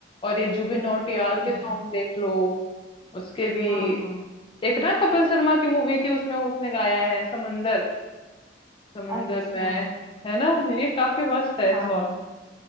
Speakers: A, on the left; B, on the right.
A: और ये जुबिन नौटियाल
B: हम्म,
A: के सॉन्ग देख लो उसके भी
B: हाँ हाँ
A: एक ना कपिल शर्मा की मूवी थी उसमें उसने गाया है समंदर समंदर
B: अच्छा
A: में है ना ये काफी मस्त है
B: हाँ
A: सॉन्ग
B: हाँ हाँ